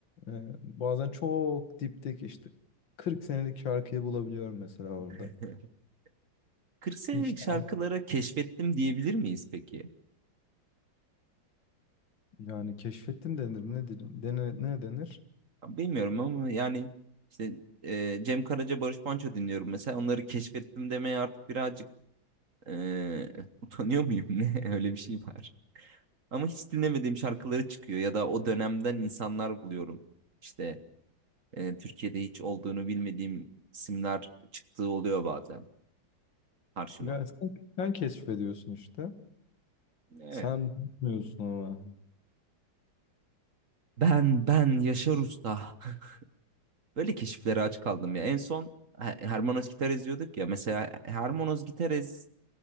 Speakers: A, on the left (about 70°); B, on the right (about 45°).
A: Ee, bazen çok dipteki işte 40 senelik şarkıyı bulabiliyorum mesela orada.
B: <laughs> 40 senelik
A: Hiç
B: şarkılara
A: daha
B: keşfettim diyebilir miyiz peki?
A: yani keşfettim denir ne denir dene- ne denir?
B: Bilmiyorum ama yani işte e, Cem Karaca, Barış Manço dinliyorum mesela. Onları keşfettim demeye artık birazcık e, utanıyor muyum <laughs> ne? Öyle bir şey var. Ama hiç dinlemediğim şarkıları çıkıyor ya da o dönemden insanlar buluyorum. İşte e, Türkiye'de hiç olduğunu bilmediğim isimler çıktığı oluyor bazen. karşıma.
A: Ya sen, sen keşfediyorsun işte.
B: Evet.
A: Sen bilmiyorsun ama.
B: Ben ben Yaşar Usta. <laughs> Böyle keşiflere aç kaldım ya. En son Her- Hermanos Gitares diyorduk ya. Mesela Hermanos Gitares